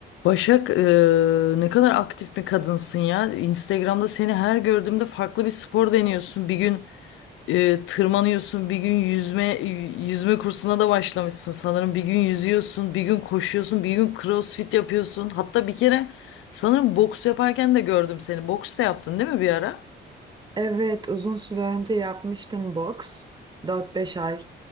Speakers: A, on the left (about 85°); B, on the right (about 20°).
A: Başak, eee, ne kadar aktif bir kadınsın ya. Instagram'da seni her gördüğümde farklı bir spor deniyorsun. Bir gün eee, tırmanıyorsun, bir gün yüzme yüzme kursuna da başlamışsın sanırım. Bir gün yüzüyorsun, bir gün koşuyorsun, bir gün crossfit yapıyorsun. Hatta bir kere sanırım boks yaparken de gördüm seni. Boks da yaptın değil mi bir ara?
B: Evet, uzun süre önce yapmıştım boks. Dört beş ay